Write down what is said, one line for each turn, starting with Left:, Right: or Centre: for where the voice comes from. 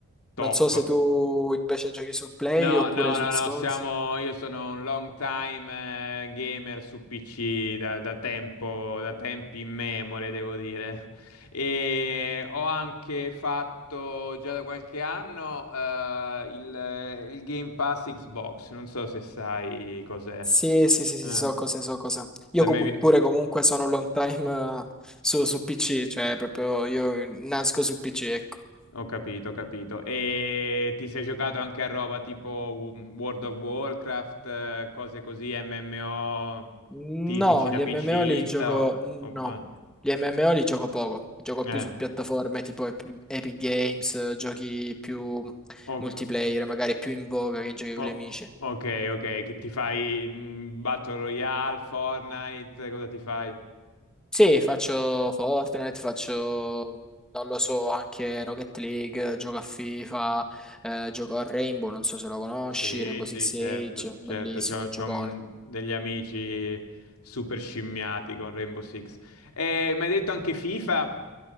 Left: top.
Centre: Non so se tu invece giochi su Play
Left: No,
Centre: oppure
Left: no,
Centre: su
Left: no,
Centre: Xbox.
Left: no, siamo, io sono un long time eh, gamer su PC da, da tempo, da tempi immemore, devo dire. E ho anche fatto già da qualche anno eh, il, il Game Pass Xbox, non so se sai cos'è.
Centre: Sì, sì, sì, sì,
Left: Eh,
Centre: so cose, so cose. Io
Left: la
Centre: com-
Left: mia...
Centre: pure comunque sono un long time eh, su, su PC, cioè proprio io nasco su PC, ecco.
Left: Ho capito, ho capito. E ti sei giocato anche a roba tipo W- World of Warcraft, eh, cose così, MMO
Centre: No,
Left: tipici da
Centre: gli
Left: PCista?
Centre: MMO li gioco...
Left: O,
Centre: no.
Left: o- ma-
Centre: Gli MMO li gioco poco, gioco
Left: eh,
Centre: più su piattaforme tipo Ep- Epic Games, eh, giochi più
Left: o-
Centre: multiplayer, magari più in voga che giochi
Left: o-
Centre: con gli amici.
Left: ok, ok, che ti fai mm, Battle Royale, Fortnite, cosa ti fai?
Centre: Sì, faccio Fortnite, faccio, non lo so, anche Rocket League, gioco a FIFA, eh, gioco a Rainbow, non so se lo conosci,
Left: Sì,
Centre: Rainbow
Left: sì,
Centre: Six Siege,
Left: certo,
Centre: bellissimo,
Left: certo, c'ho,
Centre: un
Left: c'ho,
Centre: giocone.
Left: mm, degli amici super scimmiati con Rainbow Six. E mi hai detto anche FIFA?